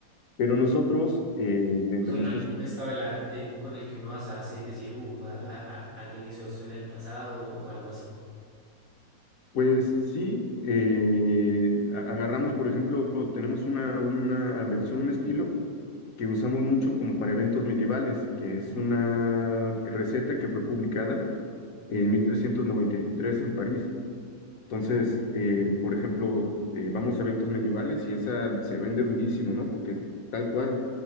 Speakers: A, on the left (about 55°); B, on the right (about 50°).
A: pero nosotros, eh, dentro
B: O sea,
A: de
B: no
A: nuestro
B: hay como
A: estudio,
B: un estado del arte con el que uno basarse y decir, uff, alguien hizo esto en el pasado o algo así.
A: pues sí, eh, a- agarramos, por ejemplo, tenemos una, una versión, un estilo que usamos mucho como para eventos medievales, que es una receta que fue publicada en 1393 en París. Entonces, eh, por ejemplo, eh, vamos a eventos medievales y esa se vende durísimo, ¿no? Porque tal cual